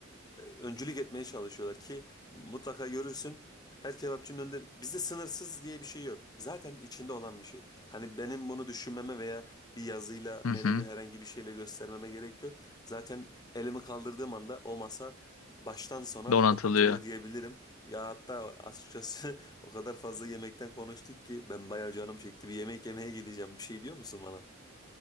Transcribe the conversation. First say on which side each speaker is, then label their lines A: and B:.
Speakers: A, on the left; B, on the left.
A: e, öncülük etmeye çalışıyorlar ki mutlaka görürsün. Her kebapçının önünde bizde sınırsız diye bir şey yok. Zaten içinde olan bir şey. Hani benim bunu düşünmeme veya bir yazıyla menüde
B: Hı hı.
A: herhangi bir şeyle göstermeme gerek yok. Zaten elimi kaldırdığım anda o masa baştan sona
B: Donatılıyor.
A: donatılıyor diyebilirim. Ya hatta açıkçası <laughs> o kadar fazla yemekten konuştuk ki ben bayağı canım çekti. Bir yemek yemeye gideceğim. Bir şey diyor musun bana?